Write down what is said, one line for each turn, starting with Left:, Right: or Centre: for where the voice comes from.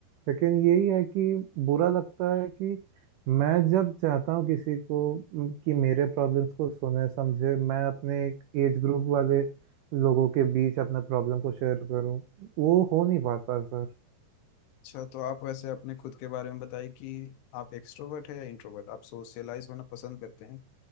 Right: लेकिन यही है कि बुरा लगता है कि मैं जब चाहता हूँ किसी को म, कि मेरे प्रॉब्लम्स को सुने समझे मैं अपने एक एज ग्रुप वाले लोगों के बीच अपने प्रॉब्लम को शेयर करूँ वो हो नहीं पाता सर
Left: अच्छा तो आप वैसे अपने खुद के बारे में बताइए कि आप एक्सट्रोवर्ट है या इंट्रोवर्ट आप सोशलाइज होना पसंद करते हैं